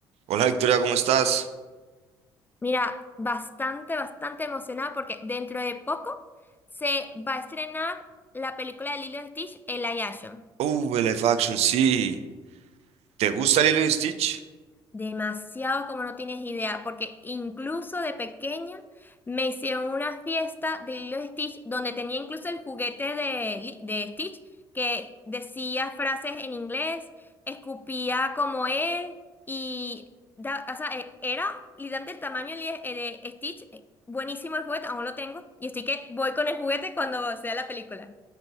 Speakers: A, on the right; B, on the left.
A: Hola Victoria, ¿cómo estás?
B: Mira, bastante, bastante emocionada porque dentro de poco se va a estrenar la película de Lilo y Stitch, El Ayashon.
A: Uh, el live action, sí. ¿Te gusta Lilo y Stitch?
B: Demasiado como no tienes idea, porque incluso de pequeña me hicieron una fiesta de Lilo y Stitch donde tenía incluso el juguete de, Li- de Stitch que decía frases en inglés, escupía como él y da- o sea, e- era literalmente el tamaño de, Li- eh, de Stitch. eh, Buenísimo el juguete, aún lo tengo y estoy que voy con el juguete cuando sea la película.